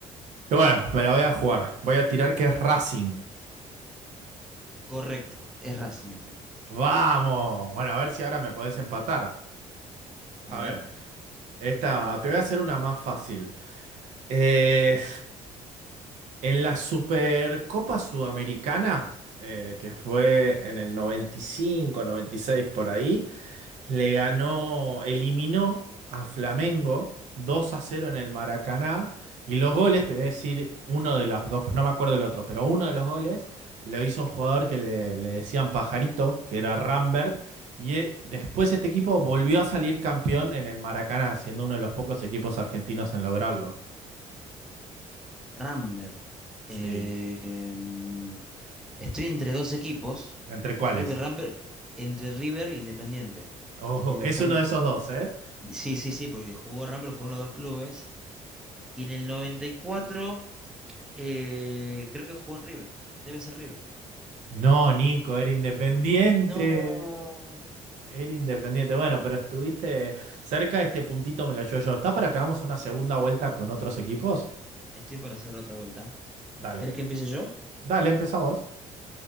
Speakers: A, on the right; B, in the centre.
A: Y bueno, me la voy a jugar. Voy a tirar que es Racing.
B: Correcto, es Racing mi equipo.
A: Vamos. Bueno, a ver si ahora me podés empatar.
B: A
A: A
B: ver,
A: ver, esta, te voy a hacer una más fácil. Eh, En la Supercopa Sudamericana, eh, que fue en el noventa noventa y cinco noventa y seis por ahí, le ganó, eliminó a Flamengo 2 a cero en el Maracaná. Y los goles, te voy a decir uno de los dos, no me acuerdo el otro, pero uno de los goles lo hizo un jugador que le, le decían Pajarito, que era Rambert. Y eh, después este equipo volvió a salir campeón en el Maracaná, siendo uno de los pocos equipos argentinos en lograrlo.
B: Rambert. eh,
A: Sí.
B: mm, estoy entre dos equipos.
A: ¿Entre cuáles?
B: Creo que Rambert entre River e Independiente.
A: Ojo,
B: Eh, déjame-
A: es uno de esos dos, ¿eh?
B: Sí, sí, sí, porque jugó Rambert, jugó en los dos clubes. Y en el noventa y cuatro Eh, creo que jugó en River. Debe ser River.
A: No, Nico, era independiente.
B: No.
A: Era independiente. Bueno, pero estuviste cerca, este puntito me lo llevo yo. ¿Estás para que hagamos una segunda vuelta con otros equipos?
B: Estoy para hacer otra vuelta.
A: Dale.
B: ¿Querés que empiece yo?
A: Dale, empezá vos.